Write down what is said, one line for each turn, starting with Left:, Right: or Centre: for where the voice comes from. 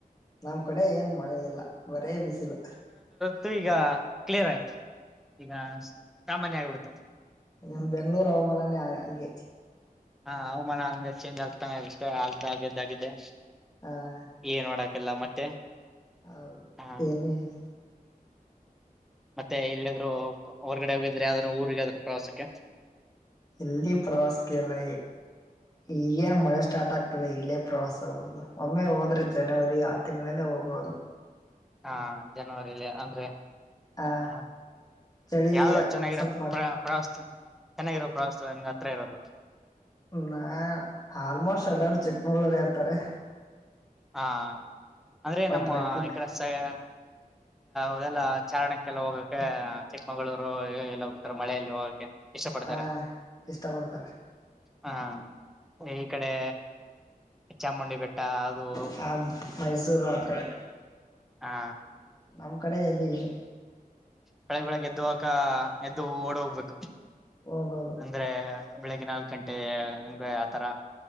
Left: ನಮ್ ಕಡೆ ಏನ್ ಮಳೆ ಇಲ್ಲ ಬರೇ ಬಿಸಿಲು
Centre: ಇತ್ತು ಈಗ ಕ್ಲಿಯರ್ ಆಯ್ತು ಈಗ ಸಾಮಾನ್ಯ ಆಗ್ಬಡತ್ತೆ
Left: ನಿಮ್ಮ ಬೆಂಗ್ಳೂರು ಹವಮಾನಾನೆ ಹಂಗೆ
Centre: ಹಾ ಹವಾಮಾನ ಹಂಗ ಚೇಂಜ್ ಆಗ್ತಾನೆ ಇರತ್ತೆ ಆಗ್ದ ಆಗಿದ್ದಾಗಿದ್ದೆ
Left: ಹ
Centre: ಏನ್ ಮಾಡಕ್ಕ ಎಲ್ಲ ಮತ್ತೆ
Left: ಹೌದು
Centre: ಹ
Left: ಏನು ಇಲ್ಲ
Centre: ಮತ್ತೆ ಎಲ್ಲಾದ್ರೂ ಹೊರ್ಗಡೆ ಹೋಗಿದ್ರೆ ಯಾವುದನ್ನು ಊರಿಗೆ ಅದ್ರೂ ಪ್ರವಾಸಕ್ಕೆ
Left: ಇಲ್ಲಿ ಪ್ರವಾಸಕ್ಕೆ ಎಲ್ಲ ಈಗೇನ್ ಮಳೆ ಸ್ಟಾರ್ಟ್ ಆಗ್ತದೆ ಇಲ್ಲೇ ಪ್ರವಾಸ ಆಗೋದು ಒಮ್ಮೆ ಹೋದ್ರೆ ಜನವರಿ ಆ ತಿಂಗಳಲ್ಲೇ ಹೋಗೋುದು
Centre: ಹಾ ಜನವರಿಲಿ ಅಂದ್ರೆ
Left: ಆ
Centre: ಹ
Left: ಚಳಿ
Centre: ಯಾವ್ದ ಚೆನ್ನಾಗಿರ
Left: ಸ್ವಲ್ಪ ಮ
Centre: ಪ್ರ ಪ್ರವಾಸ ಚೆನ್ನಾಗಿರೋ ಪ್ರವಾಸ ನಿಂಗ ಹತ್ರ ಇರೋದು
Left: ನಾ ಆಲ್ಮೋಸ್ಟ್ ಎಲ್ಲರುೂ ಚಿಕ್ಮಂಗ್ಳೂರ್ ಅನ್ನತಾರೆ
Centre: ಹಾ ಅಂದ್ರೆ ನಮ್ಮ
Left: ಟ್ರೆಕ್ಕಿಂಗ್
Centre: ಈ ಕಡೆ ಸೈ ಹ ಅದೆಲ್ಲ ಚಾರಣಕ್ಕೆಲ್ಲ ಹೋಗಕ್ಕೆ ಚಿಕ್ಕಮಗಳೂರು ಎಲ್ಲ ಹೋಗ್ತಾರೆ ಮಳೆಯಲ್ಲಿ ಹೋಗಕ್ಕೆ ಇಷ್ಟ ಪಡ್ತಾರೆ
Left: ಹ ಇಷ್ಟ ಪಡ್ತಾರ
Centre: ಹಾ ಇ ಕಡೆ ಚಾಮುಂಡಿ ಬೆಟ್ಟ, ಅದು
Left: ಹ ಮೈಸೂರು ಆಕಡೆ
Centre: ಹಾ
Left: ನಮ್ ಕಡೆ ಎಲ್ಲಿ ಇದೆ
Centre: ಬೆಳಗ್ ಬೆಳಗ್ ಎದ್ದೋಗಾಕ್ಕ ಎದ್ದು ಓಡೋಗ್ಗ್ಬೇಕು
Left: ಹೋಗೋದು
Centre: ಅಂದ್ರೆ ಬೆಳಿಗ್ಗೆ ನಾಲ್ಕ್ ಗಂಟೆ ಅಂದ್ರೆ ಆತರ